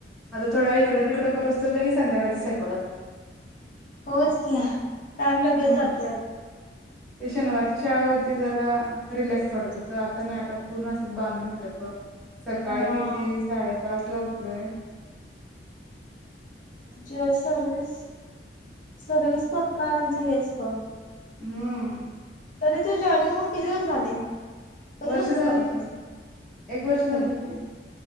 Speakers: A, in the centre; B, on the left (about 45°).
A: आता थोड्या वेळ इकडं तिकडं कर संपर्यंत लगे संध्याकाळचं स्वयंपाक.
B: होच घ्या काम लगेच
A: हम्म
B: जात.
A: ते शनिवारची शाळा होती जरा. रिलॅक्स वाटत होतं आता नाही आता पूर्ण असं बांधून घातल्यागत. सकाळी
B: हा
A: किती साडेपाचला उठ- पुढे
B: ज सर्विस सर्विस करण्याराच हेच ग.
A: हम्म
B: तरी तो जॉइनिंग होऊन किती दिवस झाले. कधीपासून
A: वर्ष झाले
B: करत
A: की
B: आहेस?
A: एक वर्ष झाले
B: होय का?
A: क